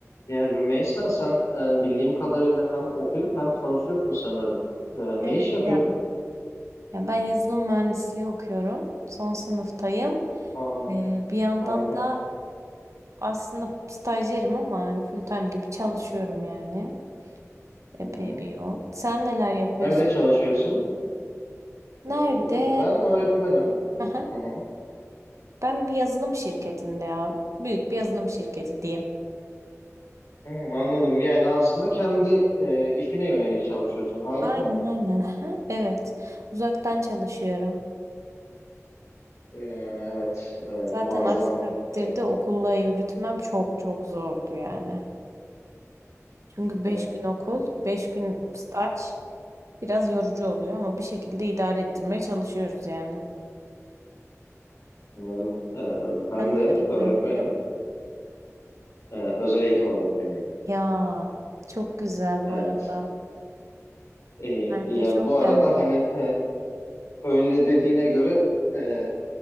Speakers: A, on the left (about 70°); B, on the right (about 70°).
A: Yani Rümeysa sen e, bildiğim kadarıyla hem okuyup hem çalışıyorsun sanırım. E,
B: Evet
A: ne iş yapıyordun?
B: ya. Ya ben yazılım mühendisliği okuyorum. Son sınıftayım.
A: Aa,
B: Ee, bir yandan
A: harika.
B: da aslında stajyerim ama yani full time gibi çalışıyorum yani.
A: Hı
B: Epey
A: hı.
B: bir yoğun. Sen neler yapıyorsun?
A: Nerede çalışıyorsun?
B: Nerede?
A: E, ben öğretmenim.
B: Aha.
A: Hı hı.
B: Ben bir yazılım şirketinde ya. Büyük bir yazılım şirketi diyeyim.
A: Hı, anladım. Yani aslında kendi e, işine yönelik çalışıyorsun. Harika.
B: Aynen aynen. Aha, Evet. Uzaktan çalışıyorum.
A: E, evet, e,
B: Zaten
A: muazzam.
B: aksi takdirde
A: E,
B: okulla yürütmem çok çok zordu yani. Çünkü
A: e,
B: 5 gün okul, 5 gün staj. Biraz yorucu oluyor ama bir şekilde idare ettirmeye çalışıyoruz yani.
A: anladım. E, ben
B: Sen
A: de
B: de öğretmenisin.
A: öğretmenim. E, özel eğitim öğretmeniyim.
B: Ya çok güzel bu
A: Evet.
B: arada.
A: E,
B: Bence
A: ya
B: çok
A: bu arada
B: değerli.
A: hani e, öyle dediğine göre e,